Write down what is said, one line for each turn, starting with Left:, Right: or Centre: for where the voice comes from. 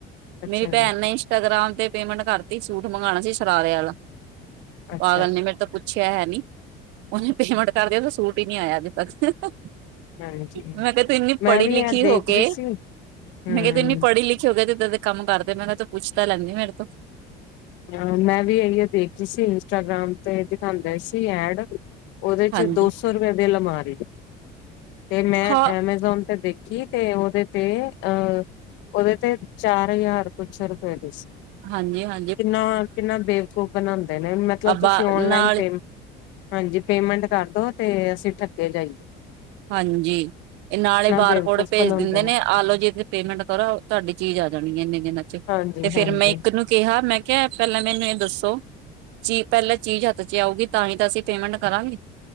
Left: ਅੱਛਾ
Right: ਮੇਰੀ ਭੈਨ
Left: ਜੀ,
Right: ਨੇ ਇੰਸਟਾਗ੍ਰਾਮ ਤੇ ਪੇਮੈਂਟ ਕਰਤੀ ਸੂਟ ਮੰਗਾਣਾ ਸੀ ਸ਼ਰਾਰੇ ਵਾਲਾ।
Left: ਅੱਛਾ
Right: ਪਾਗਲ
Left: ਅੱਛਾ।
Right: ਨੇ ਮੇਰੇ ਤੋਂ ਪੁੱਛਿਆ ਹੈ ਨੀ ਉਹ ਨੀਂ ਪੇਮੈਂਟ ਕਰਦੇ ਆ ਤੇ ਸੂਟ ਹੀ ਨੀਂ ਆਇਆ ਅ ਤਸ <unintelligible>
Left: ਹਾਂਜੀ
Right: ਮੈਂ ਕਿਹਾ ਤੂੰ ਇੰਨੀ
Left: ਮੈਂ
Right: ਪੜ੍ਹੀ
Left: ਵੀ
Right: ਲਿਖੀ
Left: ਇਹ ਦੇਖ
Right: ਹੋ
Left: ਰਹੀ
Right: ਕੇ
Left: ਸੀ। ਹੂੰ,
Right: ਮੈਂ ਕਿਹਾ ਤੂੰ ਇੰਨੀ ਪੜ੍ਹੀ ਲਿਖੀ ਹੋ ਗ ਤੇ ਕੰਮ ਕਰਦੇ ਮੈਂ ਉਹ ਤੋਂ ਪੁੱਛ ਤਾਂ ਲੈਂਦੀ ਮੇਰੇ ਤੋਂ
Left: ਹਾਂ ਮੈਂ ਵੀ ਇਹੀ ਦੇਖਰੀ ਸੀ ਇੰਸਟਾਗ੍ਰਾਮ ਤੇ ਦਿਖਾਉਂਦੇ ਸੀ ਐਡ ਉਹਦੇ ਚ
Right: ਹਾਂਜੀ
Left: ਦੋ ਸੋ ਰੁਪਏ ਬਿੱਲ ਮਾਰ <unintelligible> ਤੇ ਮੈਂ
Right: ਹਾਂ
Left: ਐਮਾਜ਼ੋਨ ਤੇ ਦੇਖ ਕੀ ਤੇ ਉਹਦੇ ਤੇ ਅਹ ਉਹਦੇ ਤੇ ਚਾਰ ਹਜ਼ਾਰ ਕੁਛ ਰੁਪਏ ਦੇ ਸੀ।
Right: ਹਾਂਜੀ ਹਾਂ।
Left: ਕਿੰਨਾ ਕਿੰਨਾ ਬੇਵਕੂਫ ਬਣਾਂਦੇ ਨੇ, ਮਤਲਬ
Right: ਅੱਬਾ
Left: ਤੁਸੀਂ ਔਨਲਾਇਨ
Right: ਨਾਲ
Left: ਪੇਮ ਹਾਂਜੀ ਪੇਮੈਂਟ ਕਰਦੋ ਤੇ ਅਸੀਂ ਠੱਗੇ ਜਾਈ
Right: ਹਾਂਜੀ ਨਾਲ ਹੀ ਬਾਰ
Left: ਬੇਵਕੂਫ
Right: ਕੋਡ ਭੇਜ
Left: ਬਣਾਂਦੇ
Right: ਦਿੰਦੇ ਨੇ ਆ ਲੋ ਜੀ ਪੇਮੈਂਟ ਕਰੋ ਤੁਹਾਡੀ ਚੀਜ਼ ਆ ਜਾਣੀ ਇਨੇ ਦ
Left: ਹਾਂਜੀ,
Right: ਤੇ ਫੇਰ
Left: ਹਾਂਜੀ।
Right: ਮੈਂ ਇੱਕ ਨੂੰ ਕਿਹਾ ਮੈਂ ਕਿਆ ਪਹਿਲਾਂ ਮੈਨੂੰ ਇਹ ਦੱਸੋ। ਚੀ ਪਹਿਲਾਂ ਚੀਜ਼ ਹੱਥ ਚ ਆਊਗੀ ਤਾਂ ਹੀ ਤਾਂ ਅਸੀਂ ਪੇਮੈਂਟ ਕਰਾਂਗੇ।